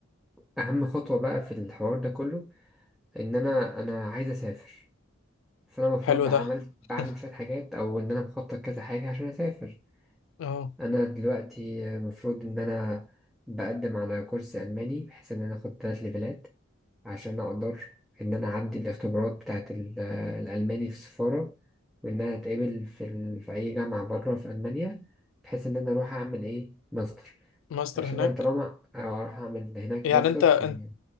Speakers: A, in the centre; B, on the left.
A: اهم خطوه بقى في الحوار ده كله ان انا انا عايز اسافر فانا المفروض
B: حلو
A: عملت
B: ده
A: بعمل
B: <laughs>
A: شويه حاجات او ان انا مخطط كذا حاجه عشان اسافر
B: اه
A: انا دلوقتي المفروض ان انا بقدم على كورس الماني بحيث ان انا اخد ثلاث ليفلات عشان أقدر إن أنا أعدي الاختبارات بتاعة ال- الألماني في السفارة وإن أنا أتقبل في, ال... في أي جامعة بره في ألمانيا بحيث إن أنا أروح أعمل إيه ماستر
B: ماستر
A: عشان
B: هناك
A: أنا طالما أروح أعمل هناك
B: يعني
A: ماستر
B: انت انت
A: في